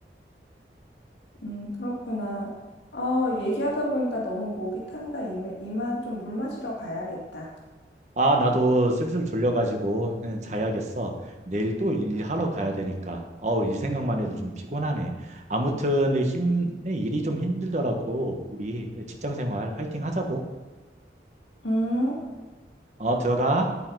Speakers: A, on the left (about 90°); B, on the right (about 40°).
A: 음, 그렇구나. 아, 얘기하다 보니까 너무 목이 탄다. 이만, 이만 좀 물 마시러 가야겠다.
B: 아, 나도 슬슬 졸려가지고 그냥 자야겠어. 내일 또 일- 하러 가야 되니까. 어우, 일 생각만 해도 좀 피곤하네. 아무튼 힘, 일이 좀 힘들더라고. 우리 직장 생활 화이팅 하자고.
A: 음.
B: 어, 들어가.